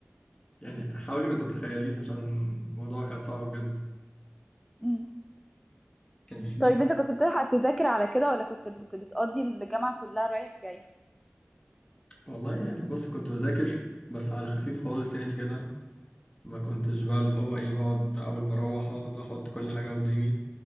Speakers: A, on the left; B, in the centre.
A: يعني حاولي ما تتخيليش عشان الموضوع كان صعب بجد
B: امم
A: كان فيه
B: طيب انت كنت بتلحق تذاكر على كده ولا كنت بت... بتقضي الجامعه كلها رايح جاي
A: والله يعني بص كنت بذاكر بس على خفيف خالص يعني كده ما كنتش بقى اللي هو ايه بقعد اول ما اروح اقعد بقى احط كل حاجه قدامي